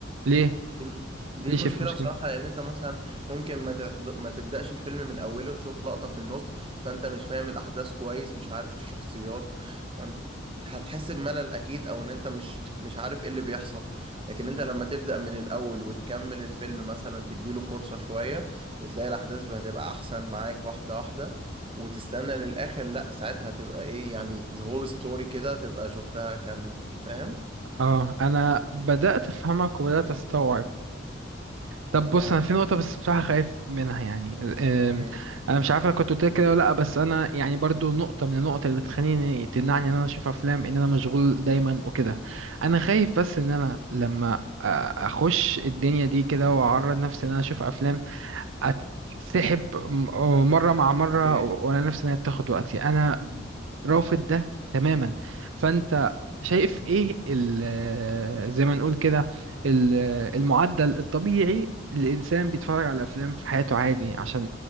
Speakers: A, on the right; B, on the right.
A: ليه
B: دي الم- دي
A: ليه
B: المشكلة
A: شايف مشكلة
B: بصراحة لأن أنت مثلا ممكن ما تحض... ما تبدأش الفيلم من أوله تشوف لقطة في النص فأنت مش فاهم الأحداث كويس مش عارف الشخصيات فأنت هتحس بملل أكيد أو إن أنت مش مش عارف إيه اللي بيحصل لكن أنت لما تبدأ من الأول وتكمل الفيلم مثلا تديله فرصة شوية وتلاقي الأحداث هتبقى أحسن معاك واحدة واحدة وتستنى للآخر لأ ساعتها هتبقى إيه يعني the whole story كده تبقى شفتها كاملة فاهم؟
A: اه أنا بدأت أفهمك وبدأت أستوعب طب بص
B: اه
A: انا في نقطه بس بصراحه خايف منها يعني أم،
B: إيه
A: انا مش عارف انا كنت قلت لك كده ولا لا بس انا يعني برضو نقطه من النقط اللي بتخليني تمنعني ان انا اشوف افلام ان انا مشغول دايما وكده انا خايف بس ان انا لما أ- اخش الدنيا دي كده واعرض نفسي ان انا اشوف افلام اتسحب م- آه، مرة مع مرة
B: إيه
A: وانا نفسي ان هي بتاخد وقتي انا رافض ده تماما فانت شايف ايه ال- آه، زي ما نقول كده ال- المعدل الطبيعي الانسان بيتفرج على الافلام في حياته عادي عشان